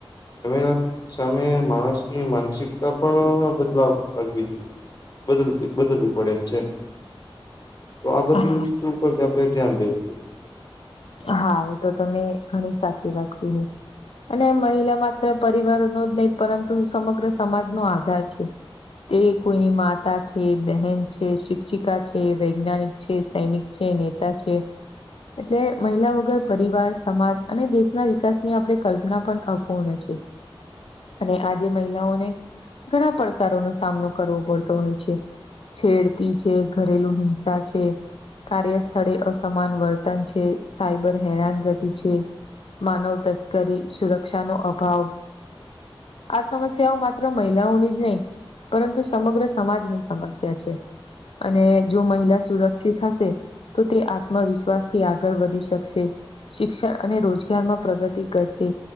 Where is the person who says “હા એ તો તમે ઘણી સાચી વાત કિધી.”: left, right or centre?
Left